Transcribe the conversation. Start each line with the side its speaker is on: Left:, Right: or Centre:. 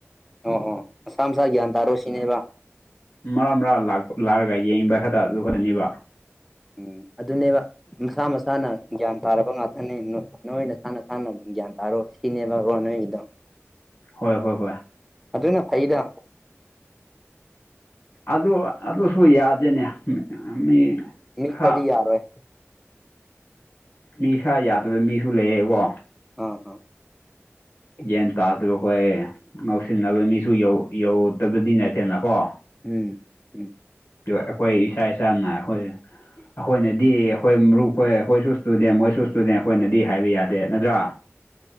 Centre: ꯑꯣ ꯑꯣ ꯃꯁꯥ ꯃꯁꯥ ꯒ꯭ꯌꯥꯟ ꯇꯥꯔꯣ ꯁꯤꯅꯦꯕ
Left: ꯃꯔꯥ ꯃꯔꯥꯥꯛ ꯂꯥꯛꯑꯒ ꯌꯦꯡꯕ ꯈꯛꯇ ꯑꯗꯨ ꯈꯔꯅꯤꯕ
Centre: ꯎꯝ ꯑꯗꯨꯅꯦꯕ ꯃꯁꯥ ꯃꯁꯥꯅ ꯒ꯭ꯌꯥꯟ ꯇꯥꯔꯕ ꯉꯥꯛꯇꯅꯤ ꯅꯣꯏ ꯅꯁꯥ ꯅꯁꯥꯅ ꯑꯗꯨꯝ ꯒ꯭ꯌꯥꯟ ꯇꯥꯔꯣ <unintelligible>
Left: ꯍꯣꯏ ꯍꯣꯏ ꯍꯣꯏ
Centre: ꯑꯗꯨꯅ ꯐꯩꯗ
Left: ꯑꯗꯨ ꯑꯗꯨꯁꯨ ꯌꯥꯗꯦꯅꯦ ꯃꯤ
Centre: ꯃꯤ
Left: ꯈꯔ
Centre: ꯀꯔꯤ ꯌꯥꯔ ꯑꯣꯏꯣꯏ
Left: ꯅꯤꯁꯥ ꯌꯥꯗꯕ ꯃꯤꯁꯨ ꯂꯩꯌꯦꯀꯣ
Centre: ꯑ ꯍ
Left: ꯌꯦꯟ ꯇꯥꯗꯕꯈꯣꯏ ꯉꯧꯁꯤꯟꯅꯕ ꯃꯤꯁꯨ ꯌꯧꯗꯕꯗꯤ ꯅꯠꯇꯦꯅꯀꯣ
Centre: ꯎꯝ ꯎꯝ
Left: ꯑꯩꯈꯣꯏ ꯏꯁꯥ ꯏꯁꯥꯅ ꯑꯩꯈꯣꯏ ꯑꯩꯈꯣꯏꯅꯗꯤ ꯑꯩꯈꯣꯏ ꯃꯔꯨꯞꯈꯣꯏ ꯑꯩꯈꯣꯏꯁꯨ ꯏꯁꯇꯨꯗꯦꯟ ꯃꯣꯏꯁꯨ ꯏꯁꯇꯨꯗꯦꯟ ꯑꯩꯈꯣꯏꯅꯗꯤ ꯍꯥꯏꯕ ꯌꯥꯗꯦ ꯅꯠꯇ꯭ꯔꯥ